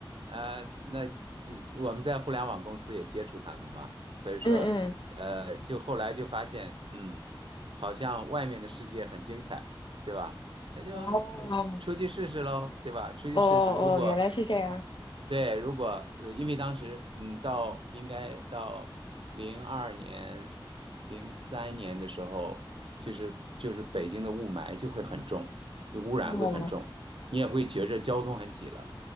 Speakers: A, on the right; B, on the left.
A: 啊、那呃我们在互联网公司也接触他们嘛，所以说，
B: 嗯嗯，
A: 呃，就后来就发现，嗯，好像外面的世界很精彩，对吧？那就呃出去试试喽，
B: 哦
A: 对吧？出去试试，
B: 哦哦，
A: 如果
B: 原来是这样。
A: 对，如果因为当时嗯，到应该到零二年、零三年的时候，就是就是北京的雾霾就会很重，污染会很重，
B: 哦，
A: 你也会觉着交通很挤了，